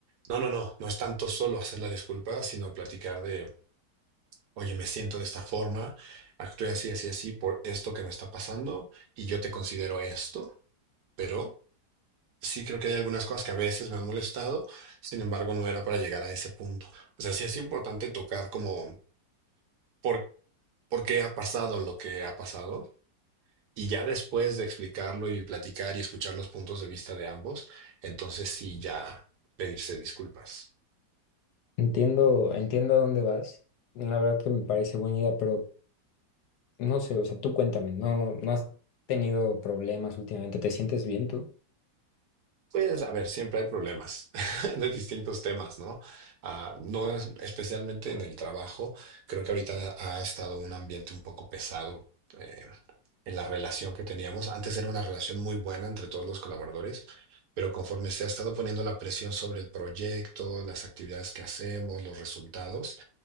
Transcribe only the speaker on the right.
No, no, no, no es tanto solo hacer la disculpa, sino platicar de, oye, me siento de esta forma, actué así, así, así por esto que me está pasando y yo te considero esto, pero sí creo que hay algunas cosas que a veces me han molestado, sin embargo, no era para llegar a ese punto. O sea, sí es importante tocar como por, por qué ha pasado lo que ha pasado, Y ya después de explicarlo y platicar y escuchar los puntos de vista de ambos, entonces sí ya pedirse disculpas.
Pues a ver, siempre hay problemas <laughs> de distintos temas, ¿no? Ah, no es- especialmente en el trabajo, creo que ahorita ha estado un ambiente un poco pesado eh, en la relación que teníamos. Antes era una relación muy buena entre todos los colaboradores, pero conforme se ha estado poniendo la presión sobre el proyecto, las actividades que hacemos, los resultados,